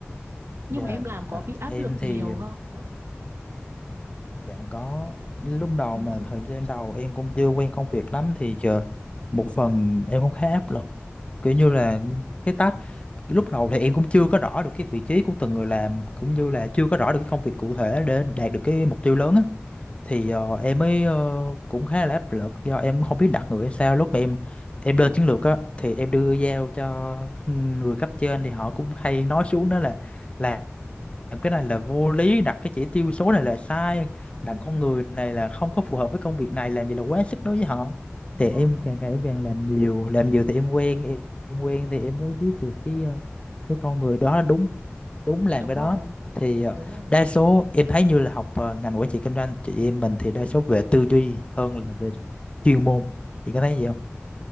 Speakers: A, on the right; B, on the left.
A: nhưng
B: dạ
A: mà em làm có bị áp
B: em
A: lực nhiều
B: thì
A: không
B: Dạ có lúc đầu
A: ừ.
B: mà thời gian đầu em cũng chưa quen công việc lắm thì giờ một phần em cũng khá áp lực kiểu như là cái task lúc đầu thì em cũng chưa có rõ được cái vị trí của từng người làm cũng như là chưa có rõ được cái công việc cụ thể để đạt được cái mục tiêu lớn á thì ờ, em mới ờ, cũng khá là áp lực do em không biết đặt người hay sao lúc mà em em lên chiến lược á thì em đưa giao cho người cấp trên thì họ cũng hay nói xuống đó là làm làm cái này là vô lý đặt cái chỉ tiêu số này là sai đặt
A: Ừ,
B: con người này là không có phù hợp với công việc này làm gì là quá sức đối với họ
A: Đúng
B: thì
A: rồi,
B: em càng ngày em càng làm nhiều làm nhiều thì em quen em, em quen thì em mới biết được cái ờ, cái con người đó đúng đúng làm
A: đúng
B: cái
A: rồi
B: đó thì ờ,
A: đúng rồi
B: đa số em thấy như là học ờ, ngành quản trị kinh doanh chị em mình thì đa số về tư duy hơn là về chuyên môn chị có thấy gì không?